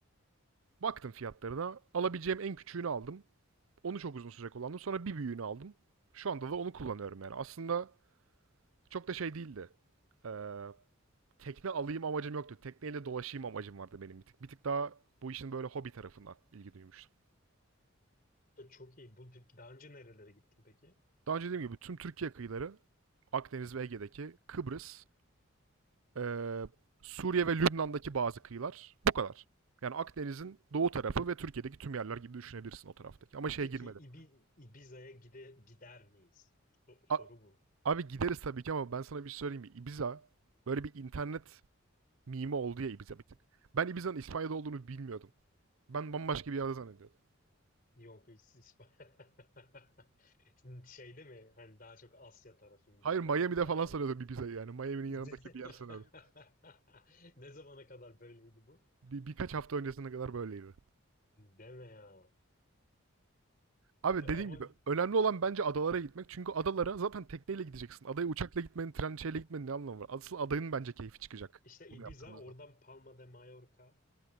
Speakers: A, on the right (about 75°); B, on the left (about 40°).
A: Baktım fiyatlarına. Alabileceğim en küçüğünü aldım. Onu çok uzun süre kullandım. Sonra bir büyüğünü aldım. Şu anda da onu kullanıyorum yani. Aslında çok da şey değildi. Ee, tekne alayım amacım yoktu. Tekneyle dolaşayım amacım vardı benim bir tık. Bir tık daha bu işin böyle hobi tarafına ilgi duymuştum.
B: Ya çok iyi. Bu, peki daha önce nerelere gittin peki?
A: Daha önce dediğim gibi tüm Türkiye kıyıları Akdeniz ve Ege'deki Kıbrıs Ee, Suriye ve Lübnan'daki bazı kıyılar. Bu kadar. Yani Akdeniz'in doğu tarafı ve Türkiye'deki tüm yerler gibi düşünebilirsin o taraftaki. Ama şeye
B: Peki
A: girmedim.
B: İbi- Ibiza'ya gide, gider miyiz? So- soru
A: A-
B: bu.
A: abi gideriz tabii ki ama ben sana bir şey söyleyeyim mi? Ibiza böyle bir internet mimi oldu ya Ibiza bir tık. Ben Ibiza'nın İspanya'da olduğunu bilmiyordum. Ben bambaşka bir yerde zannediyordum.
B: Yok hiç- hiç- <laughs> Şimdi Şeyde mi? Hani daha çok Asya tarafında
A: Hayır Miami'de
B: böyle bir
A: falan
B: ada.
A: sanıyordum Ibiza'yı yani. Miami'nin
B: <laughs>
A: yanındaki bir yer sanıyordum.
B: Ne zamana kadar böyleydi bu?
A: Bir, birkaç hafta öncesine kadar böyleydi.
B: Deme ya.
A: Abi dediğim
B: Ama
A: gibi önemli olan bence adalara gitmek. Çünkü adalara zaten tekneyle gideceksin. Adaya uçakla gitmenin, tren şeyle gitmenin ne anlamı var? Asıl adayın bence keyfi çıkacak
B: işte Ibiza,
A: bunu yaptığımızda.
B: oradan Palma de Mallorca.